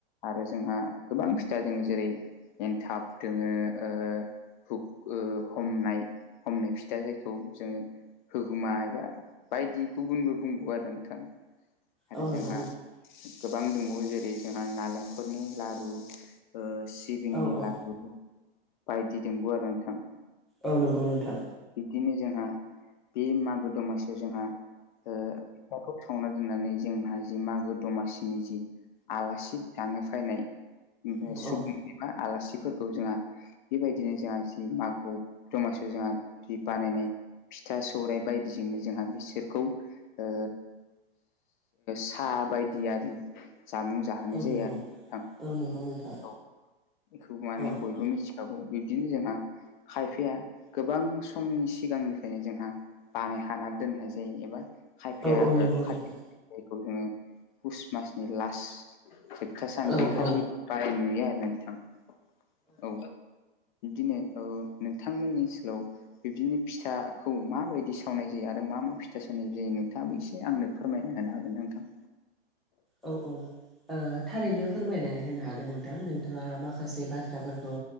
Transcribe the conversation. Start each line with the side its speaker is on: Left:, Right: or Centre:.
Left: आरो जोंहा गोबां फिथा दोङो जेरै एन्थाब दोङो ओ हुफ ओ हमनाय हमनाय फिथा जायखौ जोङो होगुमा एबा बायदि गुबुनबो बुंगो आरो नोंथां आरो
Centre: औ नंगौ
Left: जोंहा
Centre: नोंथां
Left: गोबां दोंबावो जेरै जोंहा नालेंखलनि लारु ओ सि सिबिंनि
Centre: औ औ
Left: लारु बायदि दिंबावो आरो नोंथां।
Centre: औ नंगौ नोंथां।
Left: बिब्दिनो जोंहा बे मागो दमासिआव जोंहा ओ फिथाखौ थावना दोननानै जोंहा थि मागो दमासिनि जि आलासि दानो फैनाय ओमफाय
Centre: औ
Left: सुबि
Centre: औ
Left: एबा आलासिफोरखौ जोंहा बेबायदिनो जोंहा जि मागोव दमासिआव जोंहा जि बानायनाय फिथा सौराइ बायदिजोंनो जोंहा बिसोरखौ ओ सा बायदि आरि जामुं जाहोनाय
Centre: औ
Left: जायो
Centre: नंगौ
Left: आरो नोंथां
Centre: औ नंगौ नोंथां
Left: औ बेखौ माने
Centre: औ
Left: बयबो मिथि औ बिब्दिनो जोंहा खायफाया गोबां समनि सिगांनिफ्रायनो जोंहा बानाय खाना दोननाय जायो एबा खायफाया
Centre: औ औ नंगौ
Left: ओ खा
Centre: नोंथां
Left: जायखौ जोङो पुस मासनि लास्ट जोबथा सान
Centre: औ
Left: बे खालि
Centre: औ
Left: गाहाय नुयो आरो नोंथां औ बिदिनो औ। नोंथांमोननि ओनसोलाव बिब्दिनो फिथाखौ माबादि सावनाय जायो आरो मा मा फिथा सावनाय जायो नोंथाङाबो एसे आंनो फोरमायना होनो हागोन ना नोंथां?
Centre: औ औ ओ थारैनो फोरमायनानै होनो हागोन नों थां नोंथाङा माखासे बाथ्राफोरखौ